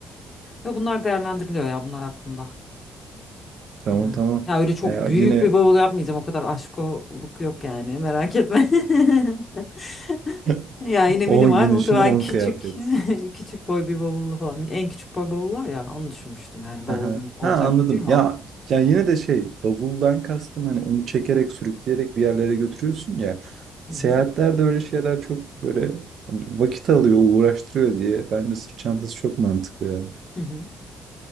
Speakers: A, on the left; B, on the right.
A: Ve bunlar değerlendiriliyor ya bunlar aklımda.
B: Tamam
A: İnan
B: tamam.
A: ki. Ya öyle çok
B: Ee,
A: büyük
B: yine
A: bir bavul yapmayacağım. O kadar aşkoluk yok yani merak etme. <laughs>
B: <laughs>
A: Ya yine minimal
B: 10 gün
A: muhtemelen
B: için 10
A: küçük
B: kıyafet.
A: <laughs> küçük boy bir bavullu falan. En küçük boy bavul var ya onu düşünmüştüm yani bavul
B: Hı
A: olacaktı
B: Ha anladım.
A: değil mi
B: Ya
A: o?
B: ya yine de şey bavuldan kastım hani onu çekerek sürükleyerek bir yerlere götürüyorsun ya. Seyahatlerde
A: Hı hı.
B: öyle şeyler çok böyle hani vakit alıyor, uğraştırıyor diye. Bence sırt çantası çok mantıklı yani.
A: Hı hı.